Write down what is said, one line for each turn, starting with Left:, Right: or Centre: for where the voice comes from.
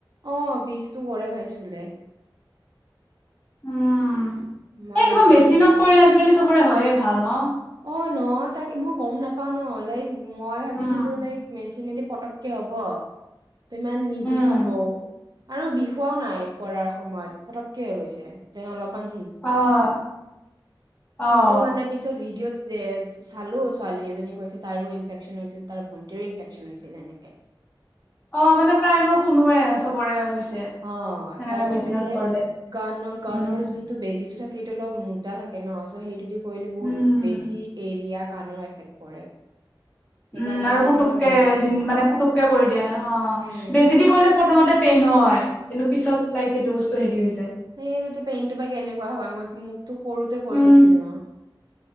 Right: অ বিষটো কৰে ভাই চুলে
Left: উম
Right: ইমান
Left: এই কিবা
Right: আজীৱ
Left: মেচিনত
Right: লাগিছে।
Left: পৰিলে আজিকালি চবৰে হয়য়ে ঘাঁহ ন
Right: অ', ন তাক মই গম নাপাওঁ ন লাইক মই ভাবিছিলো
Left: উম
Right: লাইক মেচিনেদি পটককে হ'ব তোমান নিবিষাব
Left: উম
Right: আৰু বি খোৱাও নাই কৰাৰ সময়ত হৈ গৈছে যে অলপ মান
Left: অহ অহ
Right: <unintelligible> মানে পিছত ভিডিঅ' তেজ চালো ছোৱালী এজনী কৈছে তাৰো ইনফেকশ্যচন হৈছিল তাৰ ভন্টিৰো ইনফেকশ্যচন হৈছিল নেকি
Left: অ মানে প্ৰায় মই কুনোৱে চবৰে হৈছে সেনেকাে
Right: অ তাই কৈছে
Left: বেচিনত
Right: যে
Left: কৰিলে
Right: গান গানৰ
Left: উম
Right: যোনটো বেজিটো থাকে সেইটো অলপ মোটা থাকে ন চ' সেইটো দি কৰিলো বহুত
Left: উম
Right: বেছি এৰিয়াক কাণৰ এফেক্ট পৰে। সেইকাৰণে
Left: উম আৰু
Right: মানে
Left: পুতুককে
Right: বেজিটো কৰিছে
Left: মানে পুতুককে কৰি দিয়ে নহ অ
Right: উম
Left: বেজি দি কৰিলে প্ৰথমতে পেইন হয় কিন্তু পিছত। লাইক সেইটো বস্ত হেৰি হৈছে।
Right: সেইটোৱে পেইনটো বা কেনেকুৱা হয় মই মোক। তোক সৰুতে কৰি
Left: উম
Right: দিছিল নহ।